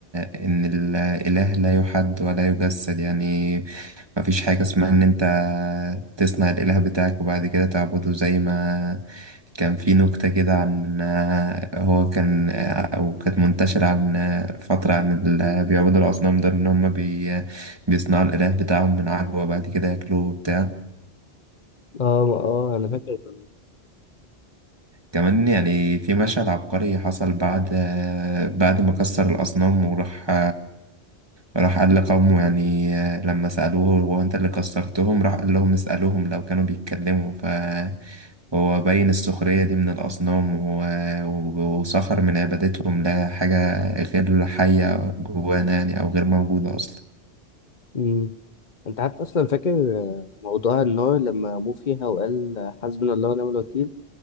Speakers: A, on the right (about 25°); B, on the left (about 45°).
A: إن الإله لا يحد ولا يجسد يعني مفيش حاجة اسمها إن أنت تصنع الإله بتاعك وبعد كده تعبده زي ما كان في نكتة كده عن هو كان أو كانت منتشرة عن فترة عن اللي بيعبدوا الأصنام دول إن هم بيصنعوا الإله بتاعهم من عجوة وبعد كده ياكلوه وبتاع
B: آه آه أنا فاكر كمان.
A: فكمان يعني في مشهد عبقري حصل بعد بعد ما كسر الأصنام وراح راح قال لقومه يعني لما سألوه هو أنت اللي كسرتهم راح قال لهم اسألوهم لو كانوا بيتكلموا فهو بين السخرية دي من الأصنام و- و- وسخر من عبادتهم لحاجة غير حية جوانا يعني أو غير موجودة أصلا
B: مم. أنت حتى أصلا فاكر آه، موضوع النار لما مو فيها وقال حسبنا الله ونعم الوكيل؟